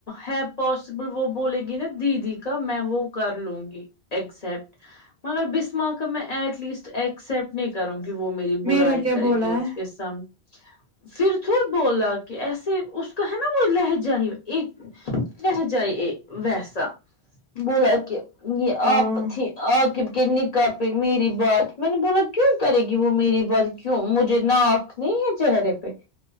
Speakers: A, on the left (about 45°); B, on the right (about 45°).
A: ہے پوس سبل وہ بولے گی نا دیدی کا میں وہ کر لوں گی ایکسپٹ مگر بسمہ کا میں ایٹ لیسٹ ایکسیپٹ نہیں کروں گی وہ میری برائی
B: میرا کیا
A: کرے
B: بولا
A: گی اس
B: ہے
A: کے سامنے پھر تھڑ بولا کہ ایسے اس کا ہے نا وہ لہجائی ایک لہجہ ہی ویسا بولا کہ یہ آپ
B: ہاں
A: تھے آقب کے نکاح پہ میری بات میں نے بولا کیوں کرے گی وہ میری بات کیوں مجھے نا ک نہیں ہے چہرے پہ